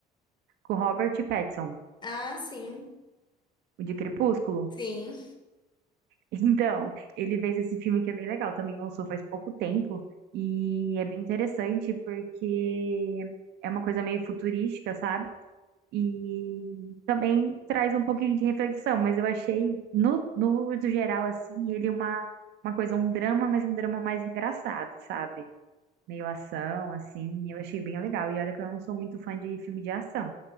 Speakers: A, on the right (about 80°); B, on the left (about 25°).
A: Com Robert Pattinson.
B: Ah, sim.
A: O de Crepúsculo?
B: Sim.
A: Então, ele fez esse filme que é bem legal, também lançou faz pouco tempo, e é bem interessante porque é uma coisa meio futurística, sabe? E também traz um pouquinho de reflexão, mas eu achei, no, no uso geral, assim, ele uma, uma coisa, um drama, mas um drama mais engraçado, sabe? Meio ação, assim, eu achei bem legal. E olha que eu não sou muito fã de filme de ação,